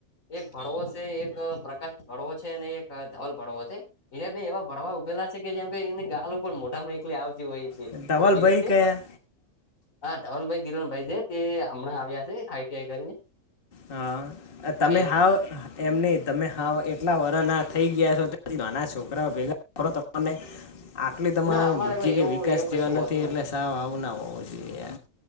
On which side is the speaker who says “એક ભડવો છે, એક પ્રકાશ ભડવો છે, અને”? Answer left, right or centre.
Left